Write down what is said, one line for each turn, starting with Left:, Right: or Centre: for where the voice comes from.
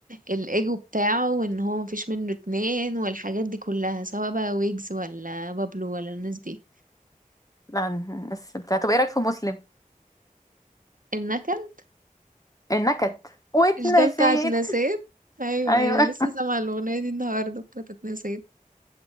Right: الايجو بتاعه وان هو مفيش منه اتنين والحاجات دي كلها سواء بقى ويجز ولا بابلو ولا الناس دي
Left: لا الناس بتاع طب ايه رايك في مسلم
Right: النكد
Left: النكد واتنسيت
Right: مش ده بتاع اتنسيت ايوه
Left: ايوه
Right: ايوه لسه سامعه الاغنيه دي النهارده بتاعت اتنسيت